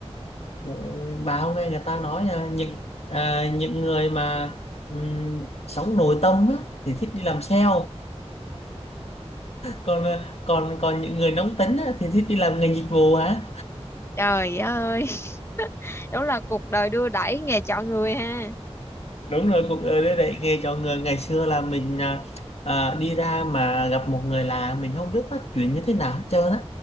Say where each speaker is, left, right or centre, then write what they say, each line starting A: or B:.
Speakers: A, on the left; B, on the left.
A: ừ, bà hôm nay người ta nói à, những à, những người mà ừm, sống nội tâm á, thì thích đi làm sale còn ờ, còn còn những người nóng tính á, thì thích đi làm ngành dịch vụ hả
B: Trời ơi, <laughs> đúng là cuộc đời đưa đẩy nghề chọn người ha.
A: đúng rồi cuộc đời đưa đẩy nghề chọn người ngày xưa là mình à, à, đi ra mà gặp một người lạ mình không biết bắt chuyện như thế nào hết trơn á